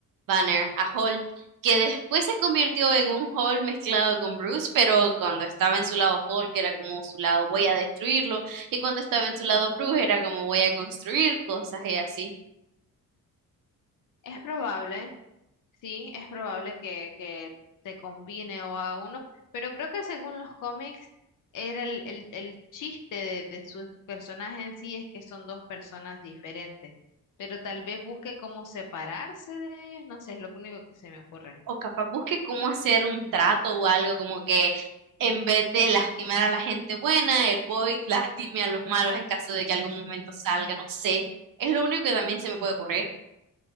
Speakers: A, on the right; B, on the left.
A: Banner, a Hulk, que después se convirtió en un Hulk mezclado con Bruce, pero cuando estaba en su lado Hulk era como su lado voy a destruirlo, y cuando estaba en su lado Bruce era como voy a construir cosas y así.
B: es probable. Sí, es probable que, que te combine o a uno, pero creo que según los cómics era el, el, el chiste de, de sus personajes en sí es que son dos personas diferentes, pero tal vez busque cómo separarse de ellos, no sé, es lo único que se me ocurre.
A: O capaz busque cómo hacer un trato o algo como que en vez de lastimar a la gente buena, el Void lastime a los malos en caso de que algún momento salga, no sé. Es lo único que también se me puede ocurrir.